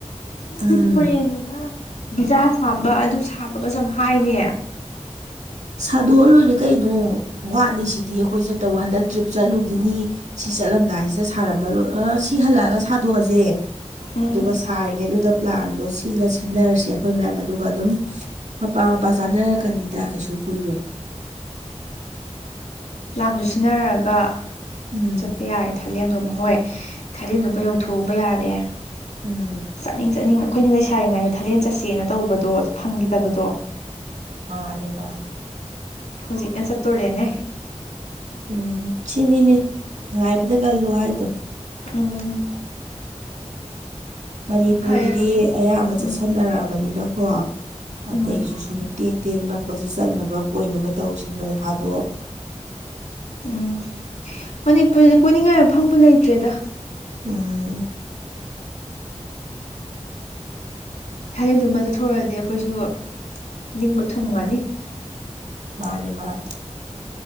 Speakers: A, on the left; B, on the right.
A: ꯑꯁ ꯃꯣꯢꯗꯣ
B: ꯎꯝ
A: ꯐꯣꯔꯦꯟꯅꯤꯅ ꯕꯤꯖꯥ ꯁꯥꯕ ꯑꯗꯨ ꯁꯥꯕꯒꯁꯨꯝ ꯍꯥꯏꯅꯦ
B: ꯁꯥꯗꯣꯛꯑ ꯂꯣꯏꯔꯦ ꯀꯩꯅꯣ ꯋꯥꯠꯂꯤꯁꯤꯗꯤ ꯑꯩꯈꯣꯏ ꯆꯠꯇꯧꯕ ꯍꯟꯗꯛ ꯇ꯭ꯔꯤꯞ ꯆꯠꯂꯨꯈꯤꯅꯤ ꯁꯤ ꯆꯠ ꯂꯝꯗꯥꯏꯁꯤꯗ ꯁꯥꯔꯝꯃꯔꯣꯏ ꯑ ꯁꯤ ꯍꯜꯂꯛꯑꯒ ꯁꯥꯗꯣꯛꯑꯁꯦ
A: ꯎꯝ
B: ꯑꯗꯨꯒ ꯁꯥꯔꯤꯉꯩꯗꯨ ꯗ ꯄ꯭ꯂꯥꯟꯗꯣ ꯁꯤꯜꯂ ꯁꯤꯟꯅꯔꯁꯦ ꯑꯩꯈꯣꯏ ꯃꯌꯥꯝ ꯑꯗꯨꯒ ꯑꯗꯨꯝ ꯃꯄꯥ ꯃꯄꯥ ꯆꯥꯅꯔꯛ ꯀꯅꯤꯇꯥ ꯀꯩꯁꯨ ꯀꯨꯏꯔꯣꯏ
A: ꯂꯥꯝꯗꯣ ꯁꯤꯟꯅꯔꯒ
B: ꯎꯝ
A: ꯆꯠꯄ ꯌꯥꯔꯦ ꯊꯥꯂꯦꯟꯗꯣ ꯃꯈꯣꯏ ꯊꯥꯂꯦꯟꯗꯨꯃ ꯌꯧꯊꯣꯛꯎꯕ ꯌꯥꯔꯦ
B: ꯎꯝ
A: ꯆꯠꯅꯤꯡ ꯆꯠꯅꯤꯡꯉ ꯑꯩꯈꯣꯏꯅ ꯂꯩꯁꯥꯔꯤꯉꯩꯗ ꯊꯥꯂꯦꯟ ꯆꯠꯁꯦꯅ ꯇꯧꯕꯗꯣ ꯐꯪꯈꯤꯗꯕꯗꯣ
B: ꯃꯥꯅꯤ ꯃꯥꯅꯤ
A: ꯍꯧꯖꯤꯛꯅ ꯆꯠꯇꯣꯔꯦꯅꯦ
B: ꯎꯝ ꯁꯤꯅꯤꯅꯦ ꯉꯥꯏꯕꯗ ꯀꯜꯂꯨ ꯍꯥꯏꯗꯣ
A: ꯎꯝ
B: ꯃꯅꯤꯄꯨꯔꯒꯤꯗꯤ
A: ꯐꯔꯦ
B: ꯑꯌꯥꯝꯕ
A: ꯎꯝ
B: ꯆꯠꯁꯟꯅꯔꯛꯑꯕꯅꯤꯅꯀꯣ
A: ꯎꯝ
B: ꯑꯇꯩꯁꯨ ꯁꯨꯝ ꯇꯦꯛ ꯇꯦꯛ ꯅꯛꯄꯁꯤ ꯆꯠꯅꯕ ꯀꯣꯏꯅꯕ ꯇꯧꯁꯤ ꯅꯣꯡ ꯐꯥꯗꯣꯛ
A: ꯎꯝ ꯃꯅꯤꯄꯨꯔꯗ ꯀꯣꯏꯅꯤꯡꯉꯥꯏ ꯃꯐꯝꯕꯨ ꯂꯩꯇ꯭ꯔꯦꯗ
B: ꯎꯝ
A: ꯊꯥꯏꯂꯦꯅꯗꯨꯃ ꯆꯠꯊꯣꯛꯑꯗꯤ ꯑꯩꯈꯣꯏꯁꯨ ꯅꯤꯡꯕ ꯊꯨꯡꯉꯅꯤ
B: ꯃꯥꯅꯦ ꯃꯥꯅꯦ